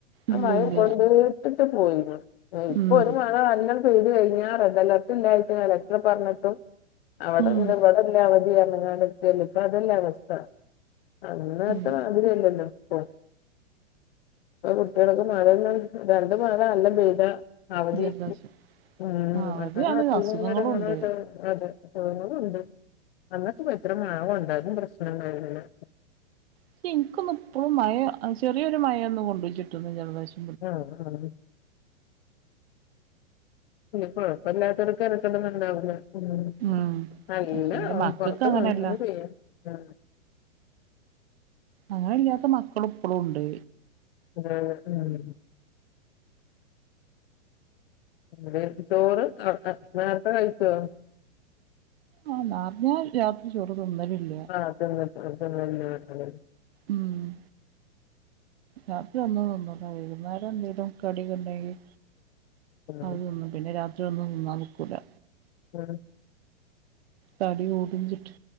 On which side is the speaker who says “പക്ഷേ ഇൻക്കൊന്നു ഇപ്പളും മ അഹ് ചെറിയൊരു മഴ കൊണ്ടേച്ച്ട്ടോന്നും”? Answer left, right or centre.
Right